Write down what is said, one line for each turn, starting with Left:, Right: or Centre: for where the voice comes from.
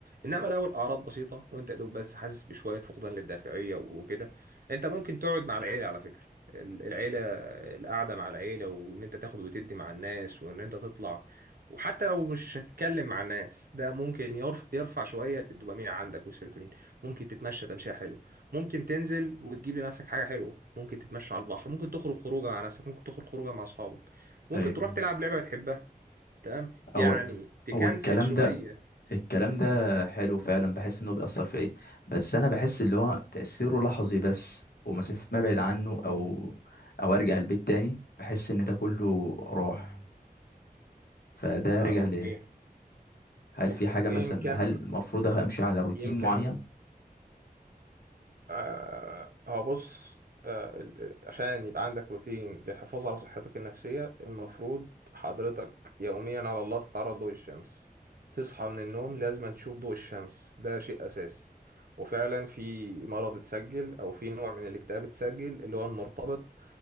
Right: انما لو الاعراض بسيطه وانت يا دوب بس حاسس بشويه فقدان للدافعيه وكده انت ممكن تقعد مع العيله على فكره ال- العيله القعده مع العيله وان انت تاخد وتدي مع الناس وان انت تطلع وحتى لو مش هتتكلم مع الناس ده ممكن يرف- يرفع شويه الدوبامين عندك والسيروتونين ممكن تتمشى تمشيه حلو ممكن تنزل وتجيب لنفسك حاجه حلوه ممكن تتمشى على البحر ممكن تخرج خروجه مع نفسك ممكن تخرج خروجه مع اصحابك ممكن
Left: ايوه
Right: تروح تلعب لعبة بتحبها تمام يعني
Left: هو
Right: تكنسل
Left: هو الكلام
Right: شوية
Left: ده الكلام
Right: م
Left: ده
Right: -م.
Left: حلو فعلا بحس انه بيأثر فيا بس انا بحس اللي هو تأثيره لحظي بس ومسافة ما ابعد عنه او او ارجع البيت تاني بحس ان ده كله راح فده
Right: آه
Left: رجع
Right: أوكي
Left: ليه هل
Right: أوكي.
Left: في حاجة
Right: يمكن
Left: مثلا هل المفروض أخ- امشي على روتين
Right: يمكن
Left: معين
Right: آه هو بص آه ال- ال- عشان يبقى عندك روتين للحفاظ على صحتك النفسية المفروض حضرتك يوميا على الله تتعرض لضوء الشمس تصحى من النوم لازم تشوف ضوء الشمس ده شيء أساسي وفعلا في مرض اتسجل أو في نوع من الاكتئاب اتسجل اللي هو المرتبط